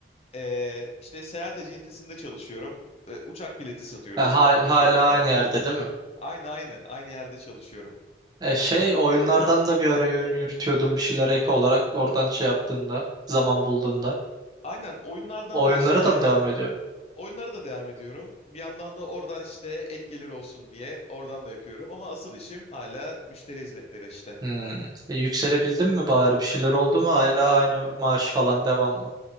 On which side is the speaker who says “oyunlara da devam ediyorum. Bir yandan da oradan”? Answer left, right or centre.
Left